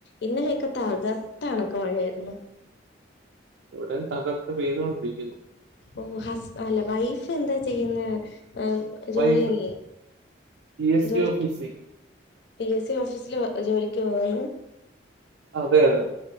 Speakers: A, on the left (about 60°); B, on the right (about 65°).
A: ഇന്നലെയൊക്കെ താകർത്താണൊക്കെ മഴയായ്രുന്നു
B: ഇവിടേം തകർത്ത് പെയ്തോണ്ടിരിക്കുന്നു
A: ഓ ഹസ്ബ അല്ല വൈഫ് എന്താ ചെയ്യുന്നേ ഉം ജോലിയില്ലേ
B: വൈഫ് ജി എസ്
A: ജോലിക്ക്
B: ടി ഓഫീസിൽ
A: പി എസ് സി ഓഫീസില് ജോലിക്ക് പോവാണ്
B: അതെ അതെ